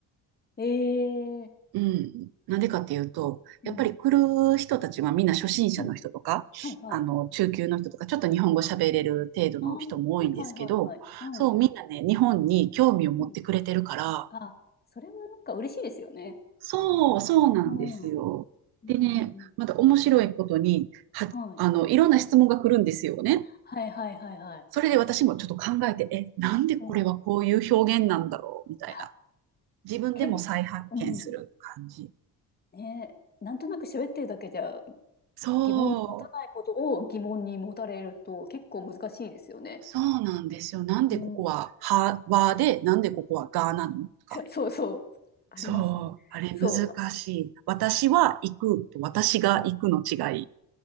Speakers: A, on the left; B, on the right.
A: ええ
B: うん。なんでかっていうと、やっぱり来る人たちはみんな初心者の人とか、
A: うん。うん。はいはい。
B: あの、中級の人とか、ちょっと日本語喋れる程度の人も多いんですけど、
A: ああ、はいはいはいはい。うん。
B: そう、みんなね、日本に興味を持ってくれてるから、
A: うん。あ、それはなんか嬉しいですよね。
B: そう、そうなんですよ。
A: うん。うんうんうん。
B: でね、また面白いことに、は、
A: はい。
B: あの、いろんな質問が来るんですよね。
A: はいはいはいはい。
B: それで私もちょっと考えて、え、なんでこれはこういう表現なんだろうみたいな。
A: うん。いや、
B: 自分でも再発見する感じ。
A: 結構、うん。ね、なんとなく喋ってるだけじゃ
B: そう、
A: 疑問に持たないことを疑問に持たれると結構難しいですよね。
B: そうなんですよ。なんでここは、
A: うん。
B: は、はで、なんでここはがなのとか。
A: そそうそう。ありますね。
B: そう、あれ難しい。
A: そう
B: 私は行くと私が行くの違い。
A: うん。う。ん、